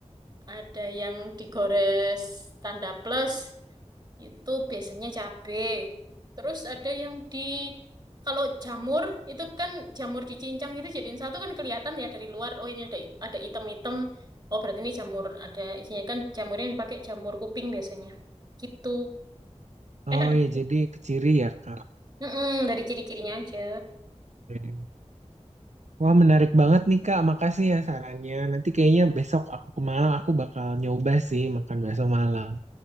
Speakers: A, on the right (about 35°); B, on the right (about 75°).
A: Ada yang digores tanda plus itu biasanya cabe. Terus ada yang di kalau jamur itu kan jamur dicincang itu jadiin satu kan kelihatan ya dari luar. Oh ini ada ada item-item. Oh berarti ini jamur ada isinya kan jamurnya yang dipakai jamur kuping biasanya. Gitu. Enak
B: Oh
A: deh.
B: ya, jadi ke ciri ya, Kak.
A: Mm-mm, dari ciri-cirinya aja.
B: Hmm. Wah, menarik banget nih, Kak. Makasih ya sarannya. Nanti kayaknya besok aku ke Malang, aku bakal nyoba sih makan bakso Malang.